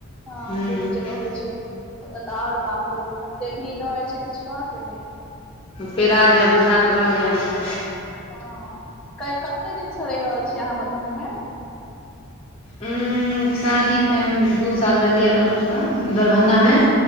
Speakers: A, in the centre; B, on the left.
A: हँ
B: हूं
A: दू दू जगह होय छै। ओतऽ तऽ और बापड़ो एते भीड़ रहै छै किछ कहऽ के नै।
B: पेराजेएब बुझात रहलयए हमरा।
A: हँ कऽ कते दिन सँ रैह रहल छियै आहाँ मधुबनी में-
B: उम्म शादी टाएम दू साल रहलियै अपन ओतऽ दरभंगामे-